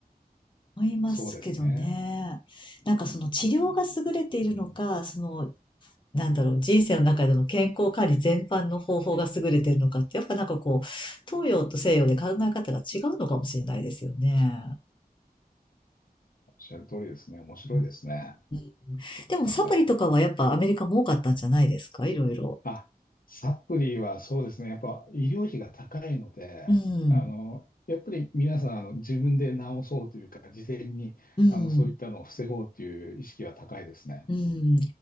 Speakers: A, on the left (about 30°); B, on the left (about 60°).
A: 思いますけどね。
B: そうですね。
A: なんかその治療が優れているのか、
B: うん、
A: その、なんだろう、人生の中での健康管理全般の方法が優れているのかって、やっぱなんかこう、東洋と西洋で考え方が違うのかもしれないですよね。
B: おっしゃる通りですね。面白いですね。
A: うん、うんでもサプリとかはやっぱアメリカも多かったんじゃないですかいろいろ。
B: 考え。あ、サプリはそうですね。やっぱ医療費が高いので、
A: うん。
B: あの、やっぱり皆さん、あの、自分で治そうというか、事前に、
A: うん。
B: あの、そういったのを防ごうという意識は高いですね。
A: うん。